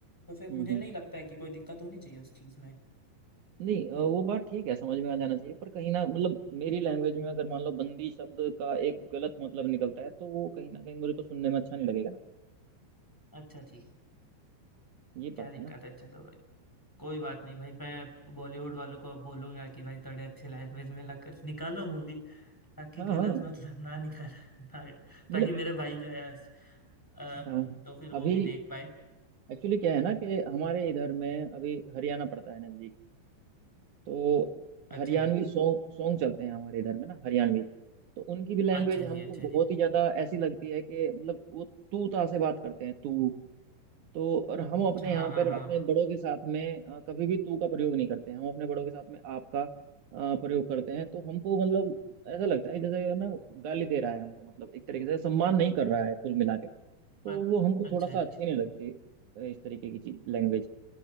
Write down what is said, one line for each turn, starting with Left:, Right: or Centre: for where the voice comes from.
Centre: तो फिर
Right: हम्म
Centre: मुझे
Right: हम्म।
Centre: नहीं लगता है कि कोई दिक्कत होनी चाहिए उस चीज़ में
Right: नहीं अ, वो बात ठीक है समझ में आ जाना चाहिए पर कहीं ना मतलब मेरी लैंग्वेज में अगर मान लो बंदी शब्द का एक गलत मतलब निकलता है तो वो कहीं ना कहीं मुझे को सुनने में अच्छा नहीं लगेगा ना
Centre: अच्छा जी
Right: ये
Centre: क्या
Right: बात
Centre: दिक्कत
Right: है ना
Centre: है चलो कोई बात नहीं भाई मैं बॉलीवुड वालों को बोलूंगा कि भाई थोड़े अच्छे लैंग्वेज में लग, निकालो मूवी ताकि
Right: हाँ
Centre: गलत
Right: हाँ
Centre: मतलब ना निकाल <laughs> ना- ताकि
Right: मतलब
Centre: मेरे भाई जो है अ,
Right: हाँ
Centre: तो फिर वो
Right: अभी
Centre: भी देख पाए
Right: एक्चुअली क्या है ना कि हमारे इधर में अभी हरियाणा पड़ता है नजदीक तो
Centre: अच्छा
Right: हरियाणवी
Centre: जी
Right: सॉन्ग सॉन्ग चलते हैं हमारे इधर में ना हरियाणवी तो उनकी भी लैंग्वेज
Centre: अच्छा
Right: हमको
Centre: जी अच्छा
Right: बहुत
Centre: जी
Right: ही ज्यादा ऐसी लगती है कि मतलब वो तू ता से बात करते हैं तू तो और हम
Centre: अच्छा
Right: अपने यहाँ
Centre: हाँ हाँ
Right: पर
Centre: हाँ
Right: अपने बड़ों के साथ में अ, कभी भी तू का प्रयोग नहीं करते हम अपने बड़ों के साथ में आपका अ, प्रयोग करते हैं तो हमको मतलब ऐसा लगता है जैसे ना गाली दे रहा है हमको मतलब एक तरीके से सम्मान नहीं कर रहा है कुल मिला के तो
Centre: अ-
Right: वो हमको
Centre: अच्छा
Right: थोड़ा सा अच्छी
Centre: जी
Right: नहीं लगती अ, इस तरीके की चीज लैंग्वेज